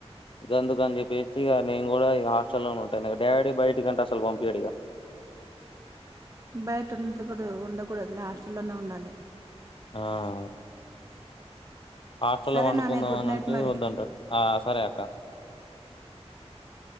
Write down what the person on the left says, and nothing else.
గందుక అని చెప్పేసి ఇగ నేను కూడా హాస్టల్ లోనే ఉంటాను. డాడీ బయటికి అంటే అసలు పంపియడు ఇగ.
ఆహ్. హాస్టల్లో
వండుకుందాం
అని
అంటే
వద్దంటారు ఆహ్. సరే అక్కా.